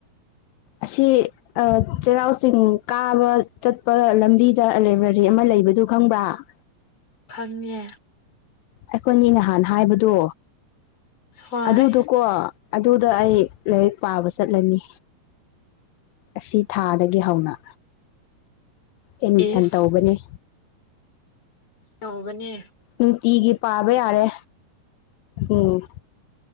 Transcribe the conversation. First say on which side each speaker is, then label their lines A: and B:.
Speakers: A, on the left; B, on the left.
A: ꯑꯁꯤ ꯑꯥ ꯆꯩꯔꯥꯎ ꯆꯤꯡ ꯀꯥꯕ ꯆꯠꯄ ꯂꯝꯕꯤꯗ ꯂꯥꯏꯕ꯭ꯔꯦꯔꯤ ꯑꯃ ꯂꯩꯕꯗꯨ ꯈꯪꯕ꯭ꯔꯥ <inaudible>
B: ꯈꯪꯉꯦ
A: ꯑꯈꯣꯏꯅꯤ ꯅꯍꯥꯟ ꯍꯥꯏꯕꯗꯣ
B: ꯍꯣꯏ
A: ꯑꯗꯨꯗꯨꯀꯣ ꯑꯗꯨꯗ ꯑꯩ ꯂꯥꯏꯔꯤꯛ ꯄꯥꯕ ꯆꯠꯂꯅꯤ ꯑꯁꯤ ꯊꯥꯗꯒꯤ ꯍꯧꯅ ꯑꯦꯠꯃꯤꯁꯟ
B: ꯏꯁ
A: ꯇꯧꯕꯅꯤ
B: ꯇꯧꯕꯅꯦ
A: ꯅꯨꯡꯇꯤꯒꯤ ꯄꯥꯕ ꯌꯥꯔꯦ ꯎꯝ